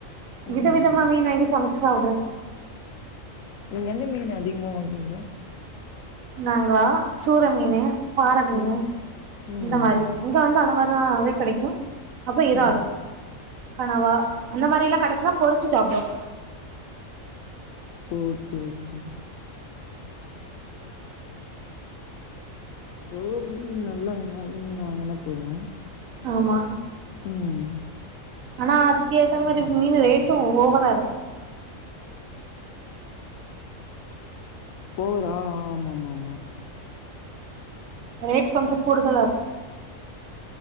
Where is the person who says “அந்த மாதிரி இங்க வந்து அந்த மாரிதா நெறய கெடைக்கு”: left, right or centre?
Right